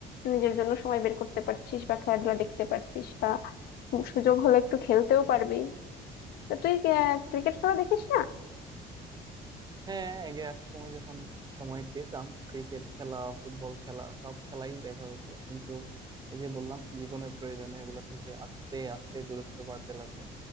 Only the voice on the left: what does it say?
নিজের জন্য সময় বের করতে পারছিস বা খেলাধুলা দেখতে পারছিস বা সুযোগ হলে একটু খেলতেও পারবি তা তুই ক্রিকেট খেলা দেখিস না